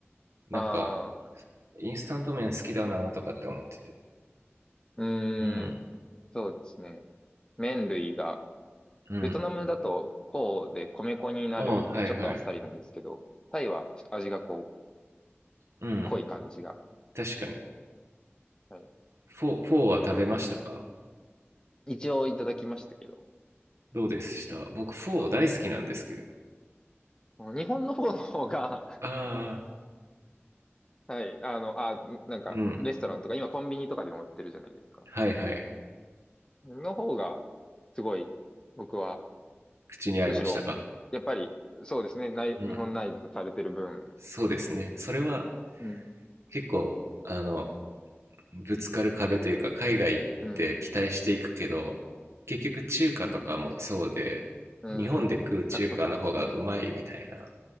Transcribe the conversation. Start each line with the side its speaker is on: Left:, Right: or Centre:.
Right: なんか
Left: ああ。
Right: インスタント麺好きだなとかって思ってて。
Left: うーん。
Right: うん。
Left: そうですね。麺類が、
Right: うん。
Left: ベトナムだとフォーで米粉になるんで、
Right: ああ、はいはい。
Left: ちょっとあっさりなんですけど、タイは味がこう、
Right: うん。
Left: 濃い感じが。
Right: 確かに。
Left: はい。
Right: フォー、フォーは食べましたか
Left: 一応いただきましたけど、
Right: どうでした僕、フォー大好きなんですけど。
Left: まあ、日本のフォーの方が、
Right: ああ、
Left: <laughs> はい、あの、あ、なんか、
Right: うん。
Left: レストランとか、今コンビニとかでも売ってるじゃないですか。
Right: はいはい。
Left: の方が、すごい、僕は、
Right: 口に合いましたか
Left: むしろ、やっぱり、そうですね、ない、
Right: うん。
Left: 日本内ズとされてる分、
Right: そうですね。それは
Left: うん、
Right: 結構、あの、ぶつかる壁というか、海外行って期待していくけど、
Left: うん、
Right: 結局中華とかもそうで、
Left: うん。う
Right: 日本で食う中華の方がうまいみたいな、
Left: ん。圧迫とか。うん。